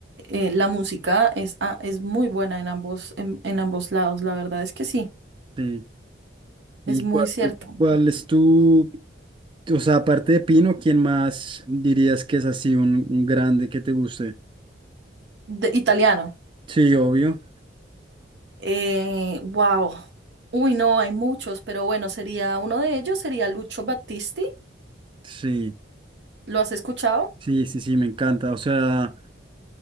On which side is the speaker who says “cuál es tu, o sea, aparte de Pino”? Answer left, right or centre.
Right